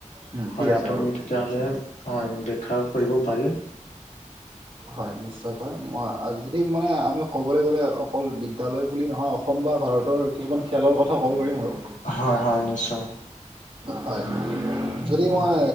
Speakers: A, on the right; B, on the left.
A: উম,
B: হয়
A: ঠিক আছে
B: আপুনি
A: বাৰু।
B: তেতিয়াহলে হয় বেখ্যা কৰিব পাৰি।
A: হয় নিশ্চয়কৈ মই যদি মানে আমি ক'বলৈ গ'লে অ অকল বিদ্যালয় বুলি নহয়, অসম বা ভাৰতৰ কিছুমান খেলৰ কথা ক'ব পাৰিম আৰু।
B: হয়-হয় নিশ্চয়।
A: হয়। যদি মই